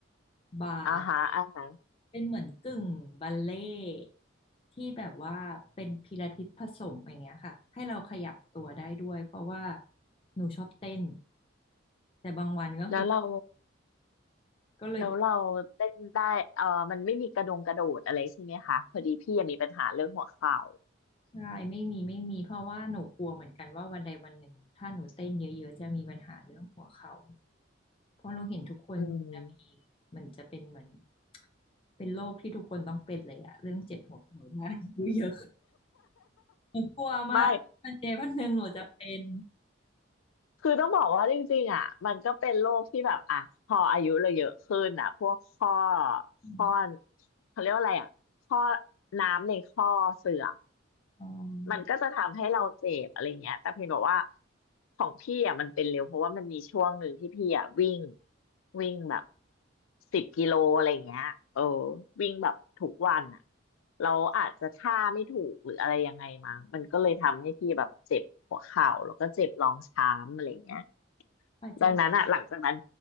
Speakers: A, on the left; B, on the left.
A: บาร์
B: อ่าฮะอ่าฮะ
A: เป็นเหมือนกึ่งบัลเล่ต์ที่แบบว่าเป็นพิลาทิสผสมอย่างเงี้ยค่ะให้เราขยับตัวได้ด้วยเพราะว่าหนูชอบเต้นแต่บางวันก็คือ
B: แล้วเรา
A: ก็เลย
B: แล้วเราเต้นได้เออมันไม่มีกระดงกระโดดอะไรใช่ไหมคะพอดีพี่ยังมีปัญหาเรื่องหัวเข่า
A: ใช่ไม่มีไม่มีเพราะว่าหนูกลัวเหมือนกันว่าวันใดวันหนึ่งถ้าหนูเต้นเยอะๆจะมีปัญหาเรื่องหัวเข่าเพราะหนูเห็นทุกคนมันจะมีมันจะเป็นเหมือน
B: อืม
A: เป็นโรคที่ทุกคนต้องเป็นเลยอะเรื่องเจ็บหัวเข่าดูเยอะหนูกลัวมากวันใดวันหนึ่งหนูจะเป็น
B: ไม่ คือต้องบอกว่าจริงๆอ่ะมันก็เป็นโรคที่แบบอ่ะพออายุเราเยอะขึ้นอ่ะพวกข้อ
A: อม
B: ข้อเขาเรียกว่าอะไรอ่ะข้อน้ำในข้อเสื่อม
A: อ๋อ
B: มันก็จะทำให้เราเจ็บอะไรเงี้ยแต่เพียงแต่ว่าของพี่อ่ะมันเป็นเร็วเพราะว่ามันมีช่วงหนึ่งที่พี่อ่ะวิ่งวิ่งแบบสิบกิโลอะไรเงี้ยเออวิ่งแบบทุกวันอ่ะเราอาจจะท่าไม่ถูกหรืออะไรยังไงมั้งมันก็เลยทำให้พี่แบบเจ็บหัวเข่าแล้วก็เจ็บรองช้ำอะไรเงี้ย
A: ปาจิ
B: ดังนั้นอะหลังจากนั้น